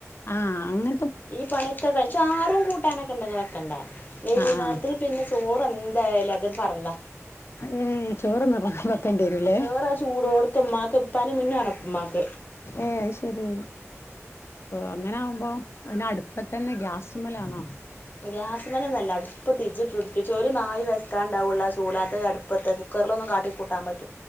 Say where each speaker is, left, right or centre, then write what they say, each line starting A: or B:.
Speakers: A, on the left; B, on the left.
A: ആഹ് ന്ന്
B: ഈ പണിയൊക്കെ കഴിച്ചു ച്ചാറുണ്ട് കൂട്ടാനൊക്കെ ഉണ്ടെങ്കില് വെക്കണ്ടേ വൈകുന്നേരത്തിനു
A: ആഹ് ആഹ്
B: പിന്നെ ചോറ് എന്ത് എന്തായാലും അതു പറല്ല
A: ഉം ചോറ് നിർബന്ധം വെക്കേണ്ടി വരൂലേ
B: ജോറാ ചൂടോടുത്ത ഉമ്മാക്ക്പ്പാനും മിന്നു വേണം ഉമ്മാക്ക്
A: ഏ അയ്ശരി അങ്ങനെ ആവുമ്പോ പിന്ന അടുപ്പതന്നെ ഗ്യാസുമലാണോ
B: ഗ്യാസ്മേലൊന്നു അല്ല അടുപ്പ് തിജി ഇട്ടു ഒടുപ്പിച്ചു ഒരു നായി വെക്കാണ്ടാവുള്ള ചൂട് അത് അടുപ്പത്ത് കുക്കറൊന്നും ന്നും കാട്ടിക്കൂട്ടാൻ പറ്റ്